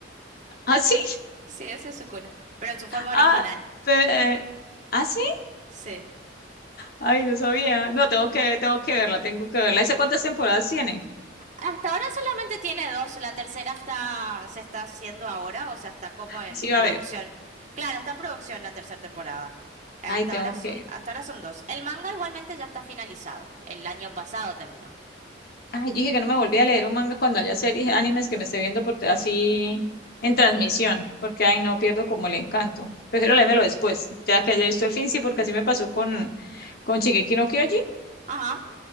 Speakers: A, on the left; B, on the right.
A: ¿Ah, sí?
B: Sí, esa es su cuna, pero en su forma original.
A: Ah, pe- eh, ¿ah, sí?
B: Sí.
A: Ay, no sabía. No, tengo que, tengo que verla, tengo que verla. ¿Esa cuántas temporadas tiene?
B: Hasta ahora solamente tiene dos, la tercera está, se está haciendo ahora, o sea, está como en
A: Ay, Sí, va
B: producción.
A: a ver.
B: Claro, está en producción la tercera temporada. Eh, Hasta
A: Ay, tengo
B: ahora son,
A: que.
B: hasta ahora son dos. El manga igualmente ya está finalizado. El año pasado terminó.
A: Ay, yo dije que no me volví a leer un manga cuando haya series, animes que me esté viendo por, así en transmisión, porque ay, no pierdo como el encanto. Prefiero leérmelo después, ya que haya visto el fin, sí, porque así me pasó con, con Shingeki no Kyojin.
B: Ajá,